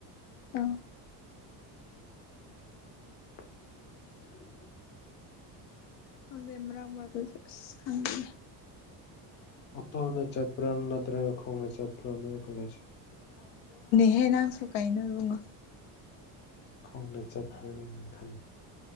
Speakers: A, on the left (about 85°); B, on the left (about 30°).
A: ꯑ
B: <unintelligible>
A: ꯈꯪꯗꯦ ꯃꯔꯥꯡ ꯃꯗꯁ ꯈꯪꯦ
B: ꯑꯣꯣ ꯅ ꯆꯠ ꯄ꯭ꯔꯥ ꯅꯠꯇ꯭ꯔ ꯈꯣꯡ ꯆꯠ ꯄ꯭ꯔꯥ ꯀꯣꯂꯁꯨ
A: ꯍꯍꯦ ꯅꯪꯁꯨ ꯀꯥꯏꯅꯕꯉꯣ
B: ꯈꯣꯡ ꯆꯥꯄ ꯈ